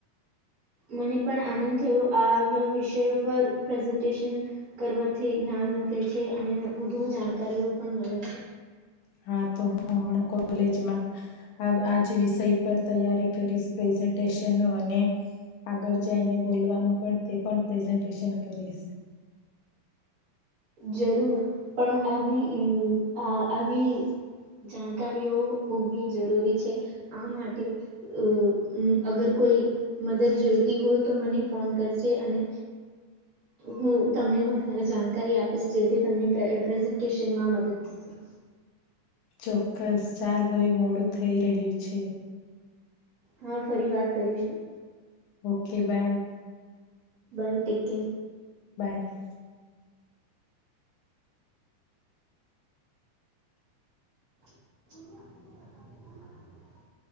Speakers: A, on the right (about 70°); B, on the left (about 80°).
A: મને પણ આનંદ થયો આ વિષયો પર પ્રેઝન્ટેશન કરવાથી જ્ઞાન વધે છે અને વધુ જાણકારીઓ પણ મળે છે
B: હા તો હું હમણાં કોલેજમાં આજ વિષય પર તૈયારી કરીશ પ્રેઝન્ટેશન ન અને આગળ જઈને બોલવાનું પણ તે પણ પ્રેઝન્ટેશન કરીશ
A: જરૂર પણ આવી આવી જાણકારીઓ હોવી જરૂરી છે આ માટે અ અગર કોઈ મદદ જોઈતી હોય તો મને ફોન કરજે અને હું તમને વધારે જાણકારી આપીશ જેથી તમને પ્રેઝન્ટેશનમાં મદદ થશે
B: ચોક્કસ ચાલ હવે મોડું થઈ રહ્યું છે
A: હા ફરી વાત કરીશું
B: ઓકે બાય
A: બઈ ટટેકે
B: બાય
A: <inaudible>